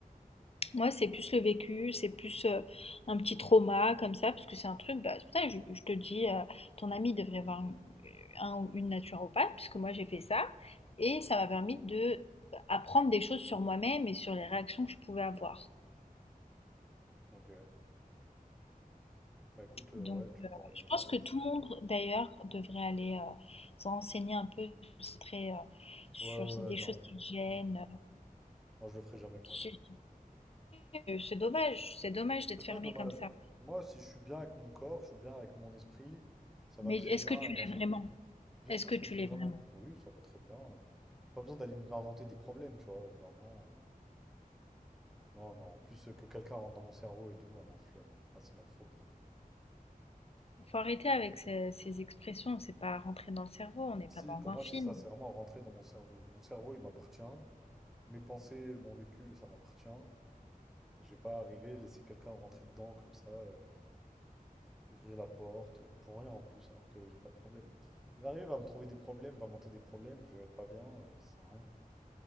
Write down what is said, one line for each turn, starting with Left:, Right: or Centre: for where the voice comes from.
Left: Moi, c'est plus le vécu, c'est plus euh, un petit trauma comme ça, parce que c'est un truc, bah, c'est pour ça que je, je te dis, euh, ton ami devrait voir un un ou une naturopathe, puisque moi j'ai fait ça, et ça m'a permis de apprendre des choses sur moi-même et sur les réactions que je pouvais avoir.
Centre: Ok. Bah écoute, euh,
Left: Donc,
Centre: ouais, tu
Left: euh,
Centre: pourras lui
Left: je
Centre: dire.
Left: pense
Centre: hein.
Left: que tout le monde, d'ailleurs, devrait aller euh, se renseigner un peu sur, ces traits, euh, sur
Centre: Ouais, ouais,
Left: des
Centre: non.
Left: choses qui te gênent.
Centre: Non, non, non. Moi, je le ferai jamais, par
Left: Je
Centre: exemple.
Left: sais que C'est dommage, c'est dommage d'être
Centre: C'est
Left: fermé
Centre: pas dommage.
Left: comme ça.
Centre: Moi, si je suis bien avec mon corps, je suis bien avec mon esprit, ça va
Left: Mais
Centre: très
Left: est-ce
Centre: bien,
Left: que tu
Centre: euh,
Left: l'es
Centre: machin.
Left: vraiment?
Centre: Bien
Left: Est-ce
Centre: sûr
Left: que
Centre: que je
Left: tu
Centre: le suis
Left: l'es
Centre: vraiment.
Left: vraiment?
Centre: Oui, ça va très bien. euh. J'ai pas besoin d'aller m'inventer des problèmes, tu vois, au bout d'un moment. euh. Non, non. En plus, euh, que quelqu'un rentre dans mon cerveau et tout, ah non, flemme. hein. Ah, c'est ma phobie. hein.
Left: Faut arrêter avec ces, ces expressions, c'est pas rentré dans le cerveau, on n'est
Centre: Si,
Left: pas dans
Centre: pour
Left: un
Centre: moi,
Left: film.
Centre: c'est ça. C'est vraiment rentrer dans mon cerveau. Mon cerveau, il m'appartient. Mes pensées, mon vécu, ça m'appartient. Et je vais pas arriver, laisser quelqu'un rentrer dedans comme ça. euh, ouvrir la porte, euh, pour rien en plus, alors que j'ai pas de problème. Il va arriver, il va me trouver des problèmes, va monter des problèmes, je vais être pas bien, euh, ça sert à rien.